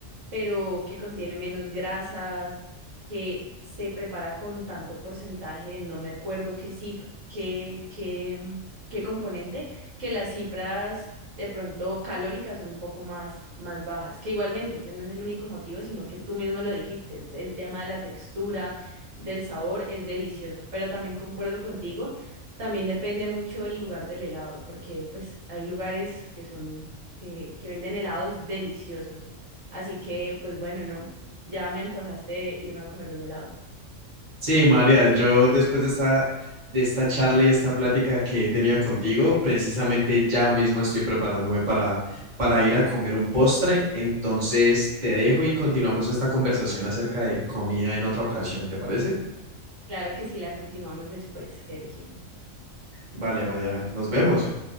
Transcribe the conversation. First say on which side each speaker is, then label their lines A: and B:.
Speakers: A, on the right; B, on the right.
A: pero que contiene menos grasas, que se prepara con tanto porcentaje, no me acuerdo qué cifra, qué, qué, mm, qué componente, que las cifras de pronto calóricas son un poco más, más bajas, que igualmente ese no es el único motivo, sino que tú mismo lo dijiste, es el tema de la textura, del sabor, es delicioso, pero también concuerdo contigo. También depende mucho el lugar del helado, porque pues hay lugares que son, eh, que venden helados deliciosos Así que, pues bueno, no, ya me antojaste de irme a comer un helado.
B: Sí, María, yo después de esta, de esta charla y esta plática que he tenido contigo, precisamente ya mismo estoy preparándome para, para ir a comer un postre. Entonces te dejo y continuamos esta conversación acerca de comida en otra ocasión, ¿te parece?
A: Claro que sí, la continuamos después, Sergio.
B: Vale, Mariana, nos vemos.